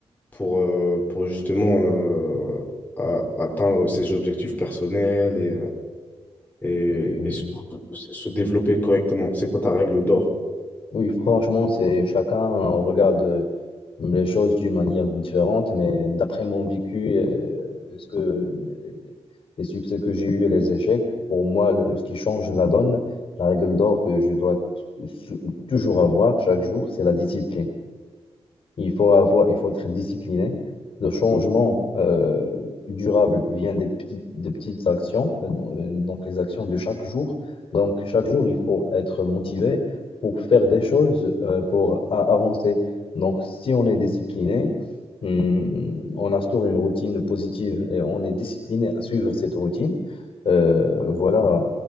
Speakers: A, on the left; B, on the left.
A: pour, euh, pour justement euh, a- atteindre ses objectifs personnels et, euh, et,
B: Oui.
A: et se, se se développer correctement. C'est quoi ta règle d'or?
B: Oui, franchement, c'est chacun regarde euh, les choses d'une manière différente, mais d'après mon vécu, euh, ce que les les succès que j'ai eus et les échecs, pour moi, le- ce qui change la donne, la règle d'or que je dois sou- toujours avoir chaque jour, c'est la discipline. Il faut avoir, il faut être discipliné. Le changement euh, durable vient des petites, des petites actions, euh, donc euh, donc les actions de chaque jour. Donc chaque jour, il faut être motivé pour faire des choses, euh, pour a- avancer. Donc si on est discipliné, hum, on instaure une routine positive et on est discipliné à suivre cette routine, euh, voilà,